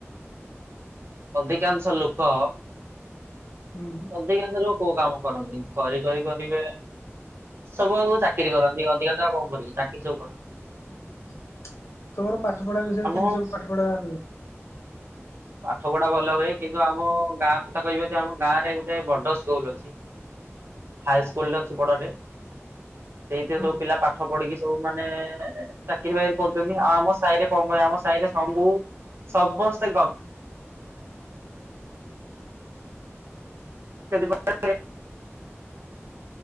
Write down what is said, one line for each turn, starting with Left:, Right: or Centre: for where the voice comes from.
Right: ଅଧିକାଂଶ ଲୋକ,
Left: ହୁଁ
Right: ଅଧିକାଂଶ ଲୋକ କୋଉ କାମ କରନ୍ତି ସରି <unintelligible> କରିବେ ସବୁ ଆଉ ଚାକିରୀ କରନ୍ତି ଅଧିକାଂଶ ଆଉ କଣ କରିବେ ଚାକିରୀ ସବୁ କରନ୍ତି।
Left: ଉ ହୁଁ, ତମର ପାଠ ପଢା ବିଷୟରେ
Right: ଆମ
Left: କେମିତି ସବୁ ପାଠ ପଢ଼ା ହୁଏ।
Right: ପାଠ ପଢା ଭଲ ହୁଏ। କିନ୍ତୁ ଆମ ଗାଁ କଥା କହିବି ଯଦି ଆମ ଗାଁ ରେ ଗୋଟେ ବଡ ସ୍କୁଲ ଅଛି। ହାଇସ୍କୁଲଟେ ଅଛି ବଡ଼ଟେ। ସେଇଥିରେ
Left: ହୁଁ
Right: ସବୁ ପିଲା ପାଠ ପଢିକି ସବୁ ମାନେ-ଏ-ଏ-ଏ ଚା କିରି ଫାଂକିରି କରୁଛନ୍ତି। ଆମ ସାହିରେ କଣ କହିଲେ ଆମ ସାହିରେ ସବୁ-ଉ-ଉ-ଉ ସମସ୍ତେ <unintelligible> ଖାଲି <inaudible>